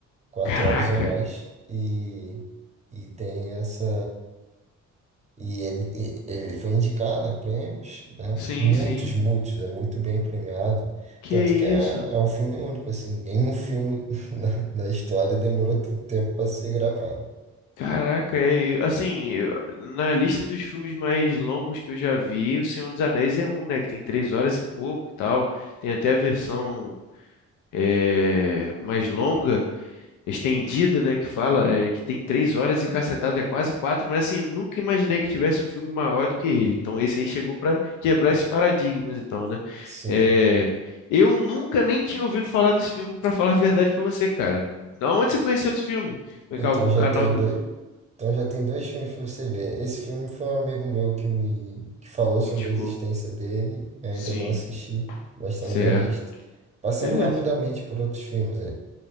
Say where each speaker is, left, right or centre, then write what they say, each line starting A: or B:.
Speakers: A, on the right; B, on the left.
A: quatro
B: Caraca.
A: horas ou mais, e, e tem essa... E ele, e- ele foi indicado a prêmios, né?
B: Sim,
A: Muitos,
B: sim.
A: muitos, é muito bem premiado.
B: Que
A: Tanto que é,
B: isso?
A: é um filme único, assim, nenhum filme <laughs> na, na história demorou tanto tempo para ser gravado.
B: Caraca, é, eu- assim, eu- na lista dos filmes mais longos que eu já vi, O Senhor dos Anéis é um, né? Que tem três horas e pouco, e tal. Tem até a versão é, mais longa. estendida, né, que fala, é, que tem três horas e cacetada é quase quatro, mas assim, nunca imaginei que tivesse um filme maior do que ele. Então esse aí chegou para quebrar esses paradigmas, então, né?
A: Sim.
B: É, eu nunca nem tinha ouvido falar desse filme, para falar a verdade para você, cara. Da Onde você conheceu esse filme? Foi
A: Então
B: que algum
A: já
B: canal
A: tem
B: do
A: dois,
B: YouTube
A: então já tem dois filmes para você ver. Esse filme foi um amigo meu que me que falou sobre
B: indicou?
A: a existência dele, eu
B: Sim,
A: ainda não assisti, mas está
B: certo.
A: na minha lista. Passando
B: Beleza.
A: rapidamente por outros filmes, é.